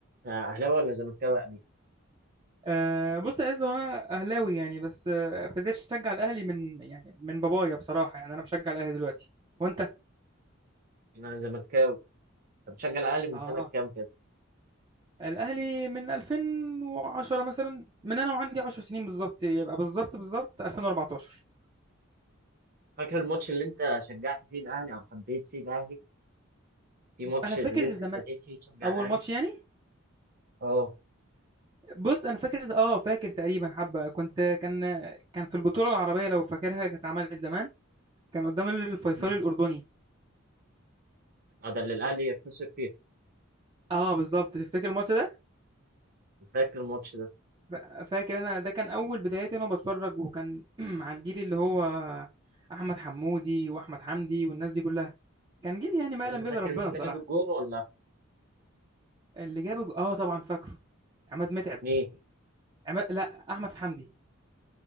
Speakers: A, on the right; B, on the right.
A: اهلاوي ولا زملكاوي يا امير
B: أه بص يا عز وانا اهلاوي يعني بس آه، ابتديت اشجع الاهلي من يعني من بابايا بصراحه يعني انا بشجع الاهلي دلوقتي وانت
A: يعني انا زملكاوي طب بشجع الاهلي من
B: اه
A: سنه كام كده
B: الاهلي من 2010 مثلا من انا وعندي 10 سنين بالظبط يبقى بالظبط بالظبط 2014
A: فاكر الماتش اللي انت شجعت فيه الاهلي او حبيت فيه الاهلي في ماتش
B: انا فاكر
A: اللي انت
B: زمان
A: ابتديت فيه تشجع
B: اول
A: الاهلي
B: ماتش يعني
A: اه
B: بص انا فاكر ز- اه فاكر تقريبا حبه كنت كان كان في البطوله العربيه لو فاكرها كانت اتعملت زمان كان قدام الفيصلي
A: مم.
B: الاردني
A: اه ده اللي الاهلي خسر فيه
B: اه بالظبط تفتكر الماتش ده
A: فاكر الماتش ده
B: ف- فاكر انا ده كان اول بداياتي انا بتفرج وكان <clears throat> على الجيل اللي هو احمد حمودي واحمد حمدي والناس دي كلها كان جيل يعني ما يعلم
A: انت فاكر
B: به الا ربنا
A: مين اللي
B: بصراحه
A: جاب الجون ولا
B: اللي جاب اه طبعا فاكره عماد متعب
A: مين
B: عماد لا احمد حمدي